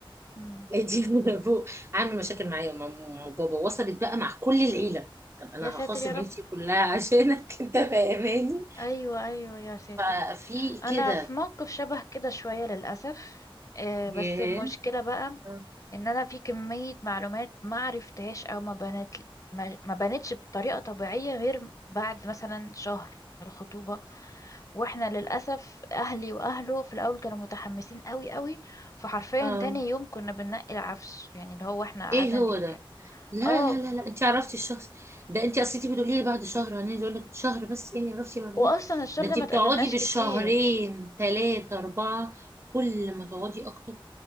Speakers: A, on the left; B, on the right.
A: امم
B: <laughs> دي فوق عامل مشاكل معايا وماما وبابا وصلت بقى مع كل العيله طب انا
A: يا ساتر
B: هخاصم
A: يا رب
B: عيلتي كلها عشانك <laughs> انت فاهماني
A: ايوه ايوه يا ساتر
B: ففي كده
A: انا في موقف شبه كده شويه للاسف آه، بس
B: ياه
A: المشكله بقى
B: اه
A: ان انا في كميه معلومات ما عرفتهاش او ما بنت ما ما بنتش بطريقه طبيعيه غير بعد مثلا شهر من الخطوبه واحنا للاسف اهلي واهله في الاول كانوا متحمسين قوي قوي فحرفيا
B: آه.
A: تاني يوم كنا بننقي العفش يعني اللي هو احنا قعدنا
B: ايه هو
A: نك
B: ده لا
A: اه
B: لا لا لا انت عرفتي الشخص ده انت اصل انت بتقولي لي بعد شهر انا اقول لك شهر بس يعني عرفتي معلومات
A: واصلا الشهر
B: ده
A: ده
B: انت
A: ما
B: بتقعدي
A: اتقابلناش
B: بالشهرين
A: كتير
B: ثلاثة أربعة كل ما تقعدي أكتر